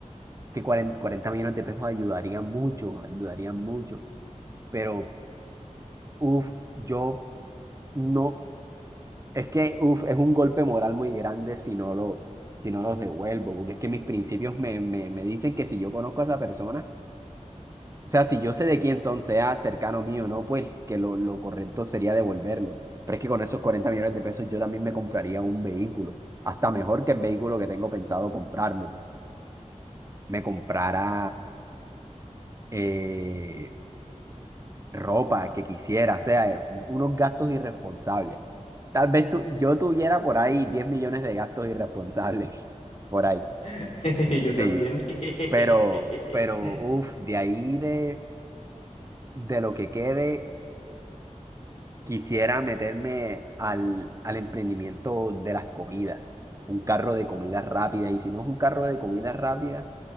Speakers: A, on the right; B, on the left.
A: que cuarenta cuarenta millones de pesos ayudarían mucho, ayudarían mucho, pero uff, yo no, es que uff, es un golpe moral muy grande si no lo... si no los devuelvo, porque es que mis principios me, me, me dicen que si yo conozco a esa persona, O sea, si yo sé de quién son, sea cercano mío o no, pues que lo, lo correcto sería devolverlo. Pero es que con esos 40 millones de pesos yo también me compraría un vehículo, hasta mejor que el vehículo que tengo pensado comprarme. Me comprara eh, ropa que quisiera, o sea, eh, unos gastos irresponsables. Tal vez tú, yo tuviera por ahí 10 millones de gastos irresponsables, <laughs> por ahí.
B: <laughs> Yo
A: Sí,
B: también. <laughs>
A: pero, pero, uff, de ahí de, de lo que quede Quisiera meterme al, al emprendimiento de las comidas, un carro de comidas rápidas, y si no es un carro de comidas rápidas,